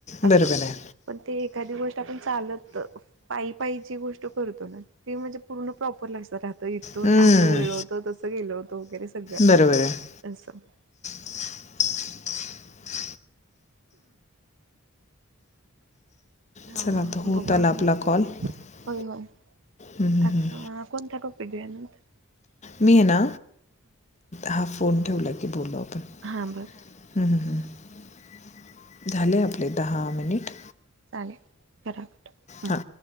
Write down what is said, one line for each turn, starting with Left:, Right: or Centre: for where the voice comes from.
Left: बरोबर
Right: अस
Left: आहे.
Right: पण ते एखादी गोष्ट आपण चालत पायी पायीची गोष्ट करतो ना ते म्हणजे पूर्ण प्रॉपर लक्षात रहात तर इथून
Left: हं.
Right: असं वळलो होत तसं गेल होतं वगैरे सगळं
Left: बरोबर आहे.
Right: असं
Left: <inaudible>
Right: ह्
Left: चला आता होत
Right: बघू
Left: आला
Right: आम्ही पण
Left: <inaudible>
Right: होय होय
Left: हं, हं,
Right: आता
Left: हं.
Right: कोणता टॉपिक घेऊया नंतर
Left: मी आहे ना हा फोन ठेवला की बोलू आपण
Right: हां बरं ठीक आहे
Left: ह् झाले आपले दहा मिनिट
Right: चालेल करा कट हम
Left: हां